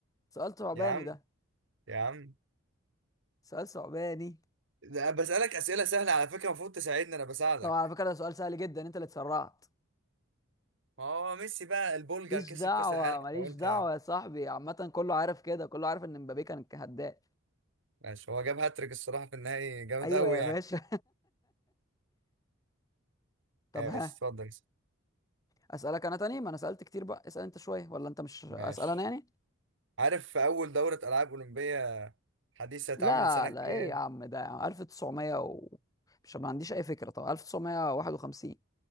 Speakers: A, on the left; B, on the right.
A: سؤال ثعباني
B: يا عم
A: ده
B: يا عم
A: سؤال ثعباني
B: ده أنا بسألك أسئلة سهلة على فكرة المفروض تساعدني أنا بساعدك
A: طب على فكرة ده سؤال سهل جدا انت اللي اتسرعت
B: ما هو ميسي بقى البولجا
A: ماليش
B: كسب
A: دعوة
B: كأس العالم
A: ماليش
B: فقلت
A: دعوة
B: يعني.
A: يا صاحبي عامة كله عارف كده كله عارف ان مبابي كان هداف
B: ماشي هو جاب هاتريك الصراحة في النهائي جامد
A: ايوه
B: أوي
A: يا
B: يعني
A: باشا <laughs> طب
B: ماشي
A: ها
B: اتفضل
A: اسألك انا تاني ما انا سألت كتير بقى اسأل انت شوية ولا انت مش اسأل
B: ماشي
A: انا يعني
B: عارف في أول دورة ألعاب أولمبية حديثة اتعملت
A: لا
B: سنة كام؟
A: لا ايه يا عم ده 1900 و... مش ما عنديش اي فكرة طب 1951